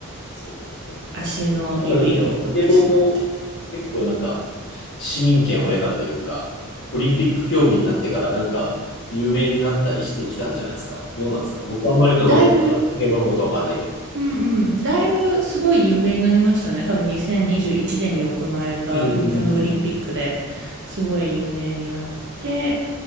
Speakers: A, on the left; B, on the right.
A: そっかそっか。
B: 足の指を折ってしまって。
A: なんかでも、スケボーも結構なんか市民権を得たというか、オリンピック競技になってからなんか有名になったりしてきたんじゃないですか。どうなんですか僕あんまりその、
B: だいぶ
A: スケボーのことわかんないけど。
B: うんうん。だいぶすごい有名になりましたね。多分2021年にじゅういちねんに行われた東京のオリンピックですごい有名になって、
A: うんうんうんうん。